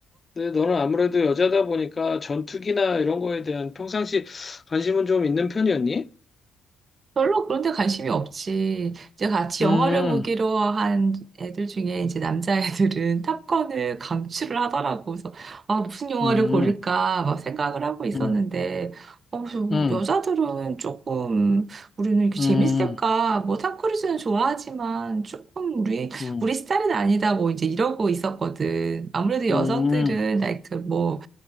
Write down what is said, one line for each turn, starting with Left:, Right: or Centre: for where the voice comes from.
Left: 근데 너는 아무래도 여자다 보니까 전투기나 이런 거에 대한 평상시 관심은 좀 있는 편이었니?
Right: 별로 그런 데 관심이 없지. 이제 같이
Left: 음,
Right: 영화를 보기로 한 애들 중에 이제 남자애들은 <laughs> 탑건을 강추를 하더라고. 그래서, 아, 무슨 영화를
Left: 음,
Right: 고를까 막 생각을 하고 있었는데,
Left: 음,
Right: 어, 저
Left: 음,
Right: 여자들은 조금, 우리는 이렇게
Left: 음.
Right: 재밌을까? 뭐, 탐 크루즈는 좋아하지만, 조금 우리,
Left: 음,
Right: 우리 스타일은 아니다. 뭐, 이제 이러고 있었거든. 아무래도 여성들은,
Left: 음,
Right: like, 그 뭐,